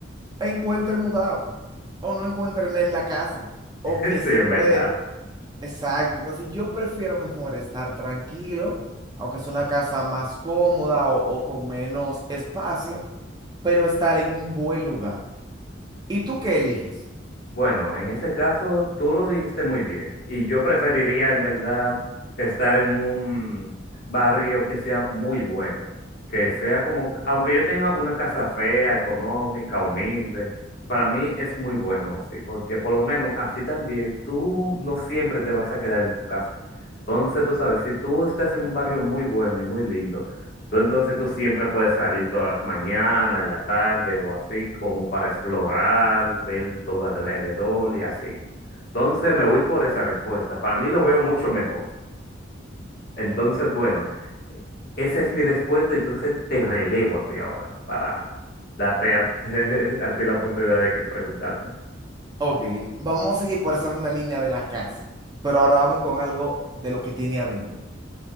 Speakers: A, on the right; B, on the left.
A: encuentre mudado o no encuentren en la casa o
B: <laughs>
A: que
B: Sí,
A: siempre...
B: en verdad,
A: Exacto, entonces yo prefiero mejor estar tranquilo, aunque es una casa más cómoda o, o con menos espacio, pero estar en un buen lugar. ¿Y tú qué eliges?
B: Bueno, en ese caso tú lo dijiste muy bien y yo preferiría en verdad estar en un barrio que sea muy bueno, que sea como, aunque yo tenga una casa fea, económica, humilde, para mí es muy bueno, sí, porque por lo menos así también tú no siempre te vas a quedar en tu casa. Entonces, tú sabes, si tú estás en un barrio muy bueno y muy lindo, Tú entonces tú siempre puedes salir todas las mañanas, en la tarde o así, como para explorar, ver todo alrededor y así. Entonces me voy por esa respuesta. Para mí lo veo mucho mejor. Entonces, bueno, eh, esa es mi respuesta. Entonces te relevo a ti ahora para darte a, <laughs> a ti la oportunidad de que preguntarme.
A: Ok, vamos a seguir por esa misma línea de la casa, pero ahora vamos con algo de lo que tiene adentro.